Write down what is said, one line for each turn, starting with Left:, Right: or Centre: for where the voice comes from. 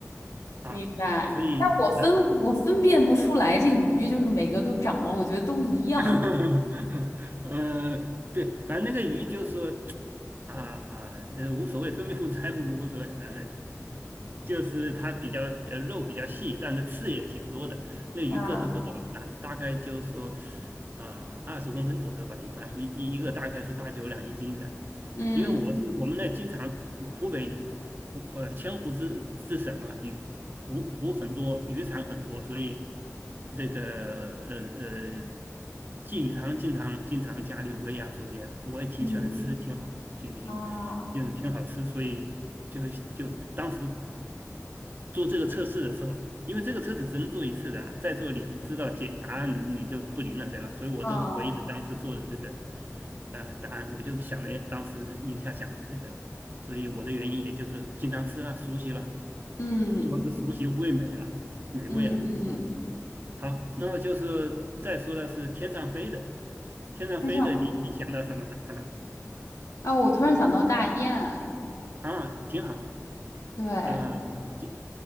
Right: 啊，
Left: 明白。
Right: 所以呃。
Left: 但我分我分辨不出来，这鱼就是每个都长得，我觉得都一样。
Right: <laughs> 呃，对，反正那个鱼就说啊啊，呃，无所谓，分不分财富无所谓，呃，就是它比较呃肉比较细，但是刺也挺多的。那鱼个头不大啊，
Left: 啊，<laughs>
Right: 大概就说呃二十公分左右吧，一般一一一个大概是八九两一斤这样。
Left: 嗯
Right: 因为我是我们那经常湖湖北鱼湖呃千湖是是什么鱼湖湖很多，鱼塘很多，所以这个呃呃，鲫鱼汤经常经常家里煨啊，所以啊我也挺喜欢吃，
Left: 嗯
Right: 挺好，挺挺就是挺好吃，
Left: 啊
Right: 所以就就当时做这个测试的时候，因为这个测试只能做一次的啊，再做你你知道解答案你就不灵了，对吧？所以我都是回忆的当时做的这个
Left: 啊
Right: 呃答案，我就是想的，哎，当时一下想的这个，所以我的原因也就是经常吃了，熟悉了。
Left: 嗯
Right: 主要是熟悉味美了，美味了啊。
Left: 嗯嗯，
Right: 好，那么就是再说了是天上飞的，天上飞的你，
Left: 那这样
Right: 你想到什么了？啊
Left: 啊，我突然想到大雁。
Right: 啊，挺好，
Left: 对，
Right: 呃，就